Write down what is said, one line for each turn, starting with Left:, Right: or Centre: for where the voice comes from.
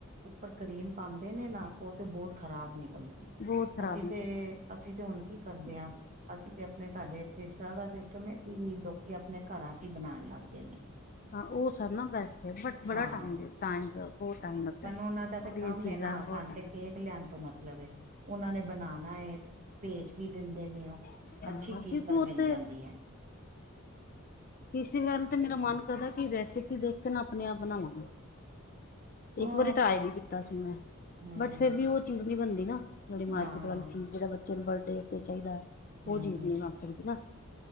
Right: ਉੱਪਰ ਕਰੀਮ ਪਾਂਦੇ ਨੇ ਨਾ ਉਹ ਤੇ ਬਹੁਤ ਖ਼ਰਾਬ ਨ
Left: ਬਹੁਤ ਖ਼ਰਾਬ
Right: ਅਸੀਂ
Left: ਨਿਕਲਦਾ
Right: ਤੇ
Left: ਹੈ।
Right: ਅਸੀਂ ਤੇ ਹੁਣ ਕੀ ਕਰਦੇ ਆ, ਅਸੀਂ ਤੇ ਆਪਣੇ ਸਾਡੇ ਇੱਥੇ ਇਸ ਤਰ੍ਹਾਂ ਦਾ ਸਿਸਟਮ ਏ ਕਿ ਲੋਕੀ ਆਪਣੇ ਘਰਾਂ 'ਚ ਈ ਬਣਾਣ ਲੱਗ ਗਏ ਨੇ।
Left: ਹਾਂ, ਉਹ ਸਬ ਨਾਲ ਬੈ ਬਟ ਬੜਾ
Right: ਹਾਂ
Left: ਟਾਇ-ਟਾਇਮ, ਬਹੁਤ ਟਾਈਮ ਲੱਗਦਾ
Right: ਸਾਨੂੰ ਉਹਨਾਂ ਦਾ ਤਾਂ
Left: ਬੜੀਆਂ
Right: ਕੰਮ
Left: ਚੀਜ਼ਾਂ
Right: ਹੈ ਨਾ
Left: ਬੋਤ
Right: ਸਾਨੂੰ
Left: ਟਾਇਮ
Right: ਤੇ ਕੇਕ ਲਿਆਉਣ ਤੋਂ ਮਤਲਬ ਏ, ਉਹਨਾਂ ਨੇ ਬਣਾਉਣਾ ਏ ਭੇਜ ਵੀ ਦਿੰਦੇ ਨੇ ਉ
Left: ਟਾਈਮ
Right: ਅੱਛੀ ਚੀਜ਼
Left: ਕਿਉਂਕਿ
Right: ਪਰ
Left: ਉੱਥੇ
Right: ਮਿਲ ਜਾਂਦੀ ਏ।
Left: <unintelligible> ਕਿਸੇ ਵੱਲ ਤੇ ਮੇਰਾ ਮਨ ਕਰਦਾ ਕੀ ਰੈਸਿਪੀ ਦੇਖਕੇ ਨਾ ਆਪਣੇ ਆਪ ਬਣਾਵਾ ਮੈਂ।
Right: ਉਹ
Left: ਇੱਕ ਵਾਰੀ ਟ੍ਰਾਈ ਵੀ ਕੀਤਾ ਸੀ ਮੈਂ
Right: ਹਮ
Left: ਬਟ ਫੇਿਰ ਵੀ ਉਹ ਚੀਜ਼ ਨਹੀਂ ਬਣਦੀ ਨਾ। ਜਿਹੜੀ ਮਾਰਕੀਟ
Right: ਹਾਂ
Left: ਵਾਲੀ ਚੀਜ਼ ਜਿਹੜਾ ਬੱਚੇ ਨੂੰ ਬਰਡੇ ਤੇ ਚਾਹੀਦਾ ਹੈ,
Right: ਹਮ
Left: ਉਹ ਚੀਜ਼ ਨਹੀਂ ਮੰਗ ਸਕਦੀ ਨਾ।